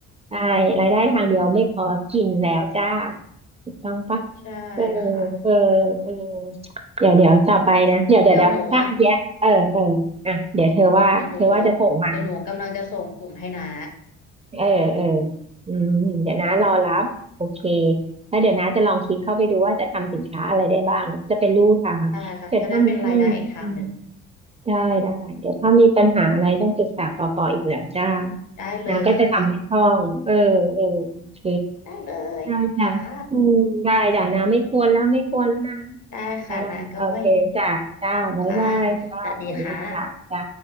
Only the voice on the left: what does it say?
ใช่
ค่ะ
เดี๋ยวหนูอ่ะเดี๋ยวหนูเดี๋ยวหนูกำลังจะส่งกลุ่มให้น้า
ได้ค่ะจะได้เป็นรายได้อีกทางหนึ่ง
ได้เลยค่ะ
ได้เลยค่ะ
ได้ค่ะน้าก้อย
ค่ะสวัสดีค่ะ